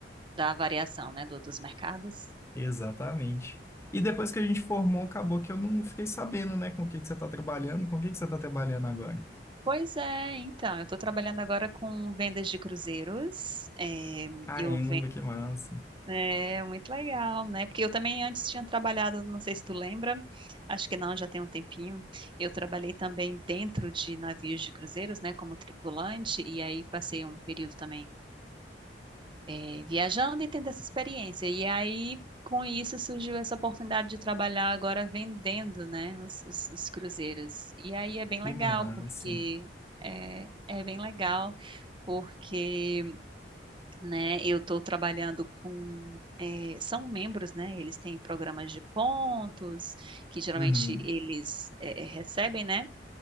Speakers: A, on the right (about 30°); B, on the left (about 15°).
A: da variação, né, do, dos mercados.
B: Exatamente. E depois que a gente formou, acabou que eu não fiquei sabendo, né, com o que que você tá trabalhando, com o que que você tá trabalhando agora.
A: Pois é, então, eu estou trabalhando agora com vendas de cruzeiros. É,
B: Caramba,
A: eu
B: que massa.
A: É, muito legal, né? Porque eu também antes tinha trabalhado, não sei se tu lembra, acho que não, já tem um tempinho. Eu trabalhei também dentro de navios de cruzeiros, né, como tripulante, e aí passei um período também eh, viajando e tendo essa experiência. E aí, com isso, surgiu essa oportunidade de trabalhar agora vendendo, né, os, os- os cruzeiros. E aí é bem
B: Que
A: legal,
B: massa.
A: porque é, é bem legal, porque né? Eu estou trabalhando com, eh, são membros, né? Eles têm programas de pontos que geralmente
B: Uhum.
A: eles eh, eh, recebem, né?